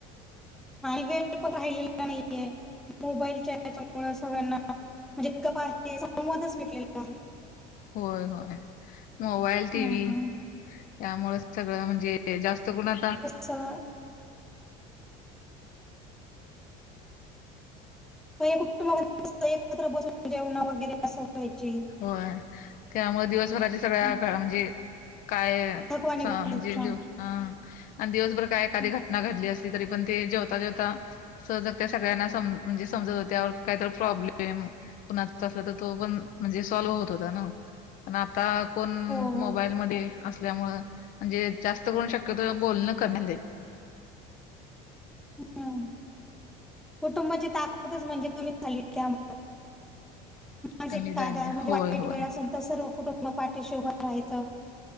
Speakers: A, in the centre; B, on the left (about 55°).
A: आणि वेळ पण राहिलेला नाहीये मोबाईलच्या याच्यामुळे सगळ्यांना जितकं पाहिजे संवादचं मिटलेला आहे.
B: होय होय मोबाईल टी
A: हम्म.
B: व्ही यामुळेचं सगळं म्हणजे जास्त करुन आता
A: चला पहील्या कुटुंबामधी कस एकत्र बसून जेवण वगैरे असं व्हायचे.
B: व्हय. त्यामुळे दिवसभराची सगळ्या
A: हम्म.
B: म्हणजे काय ह
A: थकवा निघून
B: म्हणजे
A: जायचा.
B: सामजिजुस हां आणि दिवसभर काय एखादी
A: हम्म.
B: घटना घडली असली तरीपण ते जेवता जेवता सहज त्या सगळ्यांना सम म्हणजे समजवत त्या. त्यावर काहीतर प्रॉब्लेम कुणाचा असल तर तो पण म्हणजे 'सॉल्व्ह होत होता ना, पण आता कोण
A: हो हो.
B: मोबाईल मध्ये असल्यामुळे म्हणजे जास्त करून शक्यतो बोलणं कमी आलय.
A: हम्म. कुटुंबाची ताकदच म्हणजे <unintelligible>
B: कमी झाल्या होय होय
A: मग पाठीशी उभा राहायचं